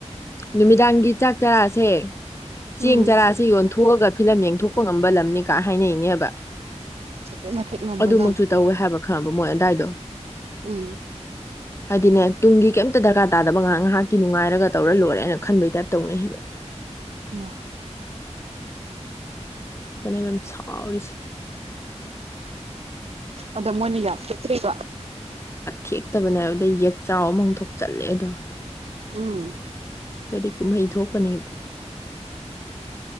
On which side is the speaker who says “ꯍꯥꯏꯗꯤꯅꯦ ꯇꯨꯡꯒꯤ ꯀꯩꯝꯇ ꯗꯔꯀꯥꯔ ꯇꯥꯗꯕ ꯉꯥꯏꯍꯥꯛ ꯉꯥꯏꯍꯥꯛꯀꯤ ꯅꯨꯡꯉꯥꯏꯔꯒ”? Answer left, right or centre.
Left